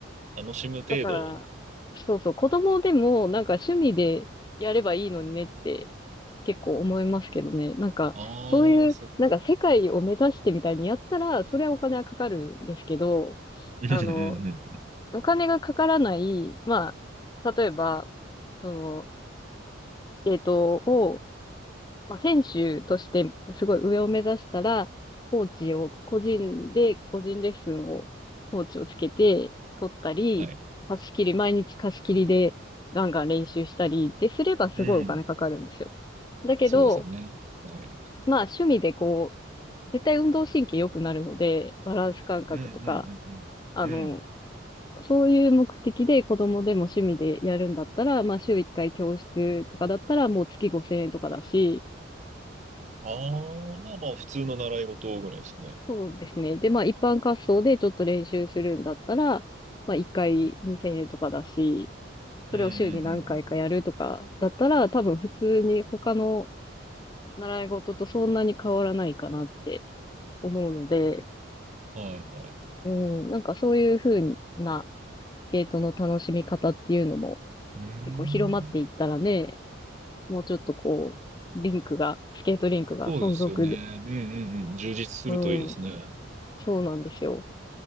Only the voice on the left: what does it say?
だから、そうそう、子供でもなんか趣味でやればいいのにねって結構思いますけどね。なんか、
そういう、
なんか世界を目指してみたいにやったら、それはお金はかかるんですけど、
あの、お金がかからない、まあ、例えば、その、スケートをまあ、選手としてすごい上を目指したら、コーチを個人で、個人レッスンを、コーチをつけて取ったり、
貸し切り、毎日貸し切りでガンガン練習したりってすればすごいお金かかるんですよ。
だけど、
まあ趣味でこう、絶対運動神経良くなるので、バランス感覚とか、
あの、
そういう目的で子供でも趣味でやるんだったら、まあ週1回教室とかだったらもう月5000円とかだし、
そうですね。で、まあ一般滑走でちょっと練習するんだったら、まあ一回2000円とかだし、それを週に何回かやるとかだったら、
多分普通に他の習い事とそんなに変わらないかなって思うので、
うん、なんかそういう風なスケートの楽しみ方っていうのも
結構広まっていったらね、もうちょっとこう、リンクが、スケートリンクが存続で、
うん、
そうなんですよ。